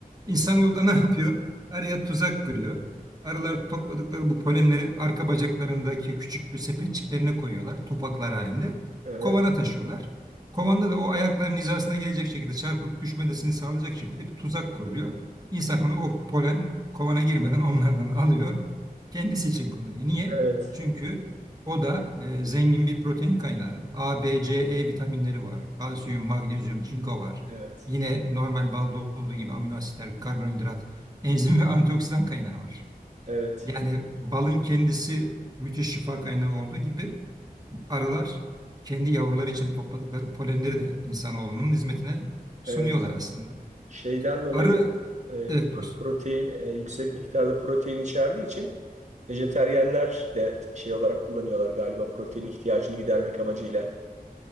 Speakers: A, on the right; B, on the right.
A: İnsanoğlu da <laughs> ne yapıyor? Arıya tuzak kuruyor. Arılar topladıkları bu polenleri arka bacaklarındaki küçük bir sepetçiklerine koyuyorlar. Topaklar halinde.
B: evet,
A: Kovana taşıyorlar. Kovanda da o ayakların hizasına gelecek şekilde çarpıp düşmesini sağlayacak şekilde bir tuzak kuruluyor. İnsan onu o polen kovana girmeden onlardan alıyor. Kendisi için kullanıyor. Niye?
B: evet,
A: Çünkü o da e, zengin bir protein kaynağı. A, B, C, E vitaminleri var. Kalsiyum, magnezyum, çinko var.
B: evet,
A: Yine normal balda olduğu gibi amino asitler, karbonhidrat, enzim ve antioksidan kaynağı var.
B: evet,
A: Yani balın kendisi müthiş şifa kaynağı olduğu gibi arılar kendi yavruları için topladıkları polenleri de insanoğlunun hizmetine sunuyorlar
B: evet.
A: aslında.
B: Şeyden dolayı
A: Arı,
B: e, pro-
A: evet dostum
B: protein e, yüksek miktarda protein içerdiği için vejeteryenler de t- şey olarak kullanıyorlar galiba protein ihtiyacını gidermek amacıyla.